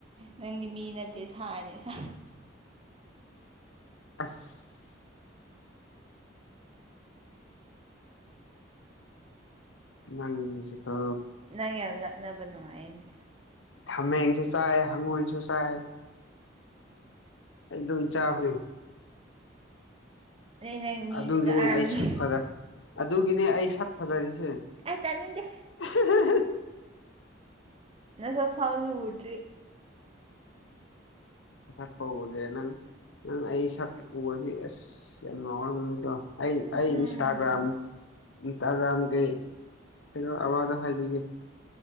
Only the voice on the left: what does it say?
ꯑꯁ ꯅꯪꯁꯤꯒꯣ
ꯍꯥꯃꯦꯡꯁꯨ ꯆꯥꯏ ꯍꯪꯉꯣꯏꯁꯨ ꯆꯥꯏ ꯑꯩ ꯂꯣꯏ ꯆꯥꯕꯅꯦ
ꯑꯗꯨꯒꯤꯅꯦ
ꯑꯩ ꯁꯛ ꯐ ꯑꯗꯨꯒꯤꯅꯦ ꯑꯩ ꯁꯛ ꯐꯖꯔꯤꯁꯦ
<inaudible>
ꯑꯁꯛꯄ ꯎꯗꯦ ꯅꯪ ꯅꯪ ꯑꯩ ꯁꯛ ꯎꯔꯗꯤ ꯑꯁ ꯌꯥꯝ ꯉꯥꯎꯔꯝꯒꯅꯤꯀꯣ ꯑꯩ
ꯑꯩ ꯏꯟꯁꯇꯥꯒ꯭ꯔꯥꯝ ꯏꯟꯁꯇꯥꯒ꯭ꯔꯥꯝꯒꯤ ꯀꯩꯅꯣ ꯑꯃꯗꯣ ꯍꯥꯏꯕꯤꯒꯦ